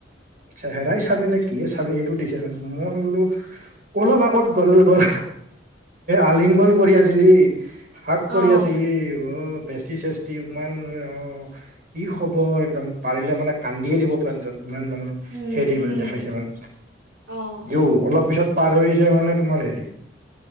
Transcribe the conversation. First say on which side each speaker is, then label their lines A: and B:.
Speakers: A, on the right; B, on the right.
A: চেহেৰাই চাবি নে কি এ চাবি সেইটো দিছে, মানে মই বোলো অলপ আগত গ'ল-গ'ল আলিংগন কৰি আছিলি? হাগ্ কৰি
B: অ'
A: আছিলি, অ', বেষ্টি-চেষ্টি ইমান মানে অ' কি খবৰ, একদম পাৰিলে মানে কান্দিয়ে দিব পেণ্টত। কিমান মানে,
B: উম
A: হেৰি মানে
B: উম
A: দেখাইছে মানে।
B: অ'
A: <unintelligible> অলপ পিছত পাৰ হৈছে মানে তোমাৰ হেৰি,